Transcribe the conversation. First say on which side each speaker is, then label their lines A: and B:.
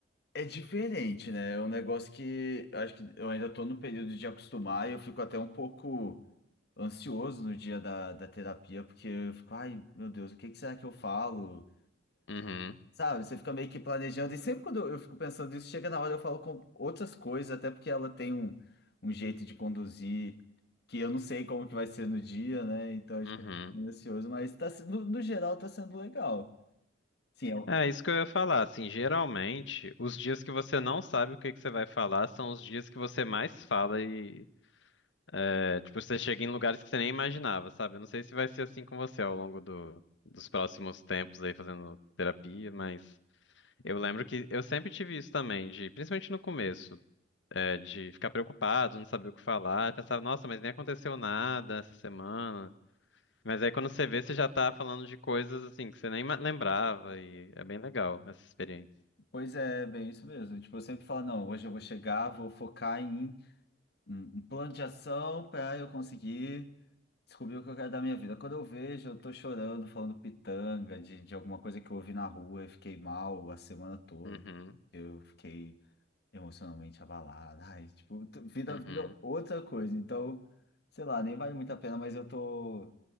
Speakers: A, on the left; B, on the left.
A: é diferente, né? É um negócio que eu acho que eu ainda tô no período de acostumar e eu fico até um pouco ansioso no dia da, da terapia, porque eu fico, ai, meu Deus, o que que será que eu falo?
B: Uhum,
A: Sabe, você fica meio que planejando, e sempre quando eu fico pensando nisso, chega na hora eu falo com outras coisas, até porque ela tem um, um jeito de conduzir que eu não sei como que vai ser no dia, né? Então, é, tipo,
B: uhum.
A: eu fico meio ansioso, mas tá, se- no, no geral tá sendo legal. Sim, eu-
B: É isso que eu ia falar. Assim, geralmente, os dias que você não sabe o que que você vai falar são os dias que você mais fala e, é, tipo, você chega em lugares que você nem imaginava, sabe? Eu não sei se vai ser assim com você ao longo do- dos próximos tempos aí fazendo terapia, mas eu lembro que eu sempre tive isso também, de, principalmente no começo. é, de ficar preocupado, não saber o que falar. Pensava, nossa, mas nem aconteceu nada essa semana. Mas aí quando você vê, você já tá falando de coisas assim que você nem ma- lembrava e é bem legal essa experiência.
A: pois é, bem isso mesmo. Tipo, eu sempre falo, não, hoje eu vou chegar, vou focar em um, um plano de ação para eu conseguir descobrir o que eu quero da minha vida. Quando eu vejo, eu tô chorando, falando pitanga de, de alguma coisa que eu ouvi na rua e fiquei mal a semana toda.
B: Uhum,
A: eu fiquei emocionalmente abalado. Ai, tipo, t- vida,
B: uhum,
A: vida outra coisa. Então, sei lá, nem vale muito a pena, mas eu tô.